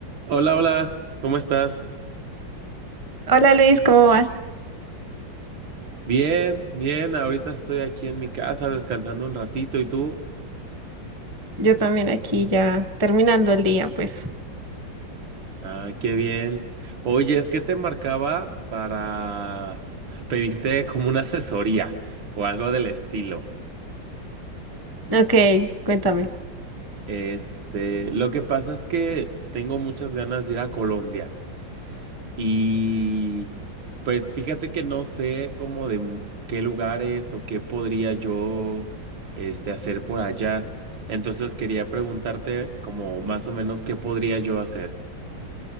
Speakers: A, on the right; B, on the right.
A: Hola, hola, ¿cómo estás?
B: Hola Luis, ¿cómo vas?
A: Bien, bien, ahorita estoy aquí en mi casa descansando un ratito, ¿y tú?
B: Yo también aquí ya terminando el día, pues.
A: Ah, qué bien. Oye, es que te marcaba para pedirte como una asesoría o algo del estilo.
B: Ok, cuéntame.
A: Este, lo que pasa es que tengo muchas ganas de ir a Colombia. Y pues fíjate que no sé cómo de m- qué lugares o qué podría yo este hacer por allá. Entonces quería preguntarte como más o menos qué podría yo hacer.